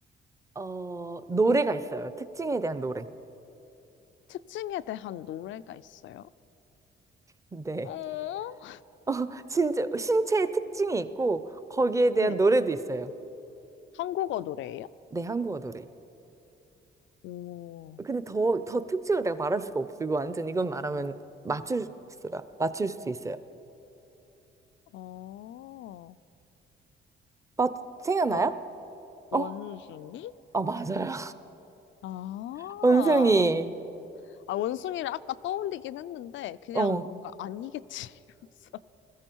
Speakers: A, on the right; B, on the left.
A: 어, 노래가 있어요. 특징에 대한 노래.
B: 특징에 대한 노래가 있어요?
A: 네.
B: 어?
A: 어, 진짜 신체의 특징이 있고 거기에 대한
B: 네.
A: 노래도 있어요.
B: 한국어 노래예요?
A: 네, 한국어 노래.
B: 오,
A: 근데 더, 더 특징을 내가 말할 수가 없어. 이거 완전 이건 말하면 맞출 수, 맞출 수 있어요.
B: 어,
A: 맞, 생각나요?
B: 원, 원숭이?
A: 어? 어, 맞아요.
B: 아,
A: <laughs> 원숭이.
B: 아, 원숭이를 아까 떠올리긴 했는데, 그냥
A: 어.
B: 뭔가 아니겠지. 이러면서.